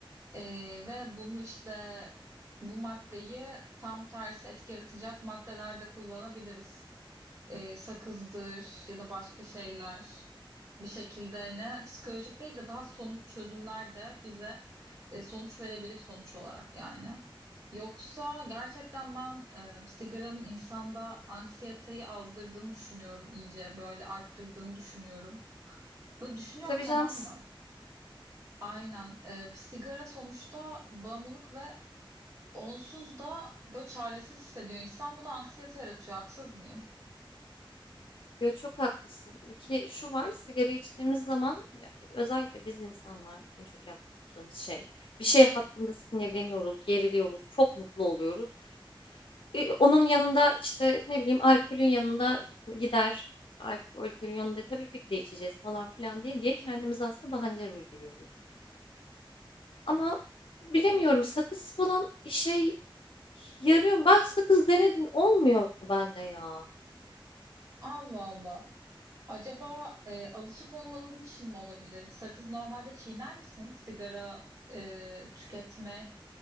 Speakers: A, on the right (about 35°); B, on the left (about 75°).
A: Ee, ve bunu işte bu maddeyi tam tersi etki yaratacak maddelerde kullanabiliriz. Ee, sakızdır ya da başka şeyler bir şekilde hani psikolojik değil de daha somut çözümler de bize e, sonuç verebilir sonuç olarak yani. Yoksa gerçekten ben e, sigaranın insanda anksiyeteyi azdırdığını düşünüyorum iyice böyle arttırdığını düşünüyorum. Böyle düşünüyorum
B: Tabii
A: tamam
B: canım
A: mı? Aynen. E, sigara sonuçta bağımlılık ve onsuz da böyle çaresiz hissediyor insan. Bu da anksiyete yaratıyor haksız mıyım?
B: Yo, çok haklısın ki şu var sigara içtiğimiz zaman ya, özellikle biz insanlar en çok yaptığımız şey bir şey hakkında sinirleniyoruz, geriliyoruz, çok mutlu oluyoruz. E, onun yanında işte ne bileyim alkolün yanında git- gider, alkolün yanında tabii ki de içeceğiz falan filan diye diye kendimize aslında bahaneler uyduruyoruz. Ama bilemiyorum sakız falan işe yarıyor. Ben sakız denedim olmuyor bende ya.
A: Allah Allah. Acaba e, alışık olmadığın için mi olabilir? Sakız normalde çiğner misin? Sigara e, tüketmeyi